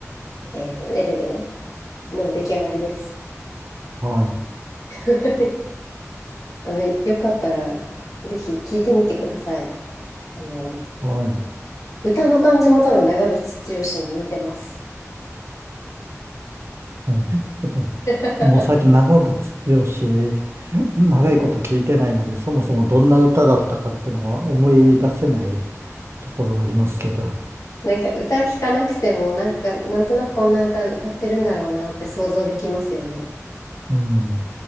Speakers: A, on the left; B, on the right.
A: ー、えっと、エルデの出来上がりです。
B: はい、
A: <laughs> あの、よかったら、ぜひ聞いてみてください。あの、
B: はい、
A: 歌の感じも多分長渕剛に似てます。
B: はい。ちょっと、
A: <laughs>
B: もう最近長渕剛、長いこと聞いてないので、そもそもどんな歌だったかっていうのが思い出せないところはありますけど。
A: なんか歌聞かなくても、なんか、なんとなくこんな歌歌ってるんだろうなって想像できますよね。
B: うん。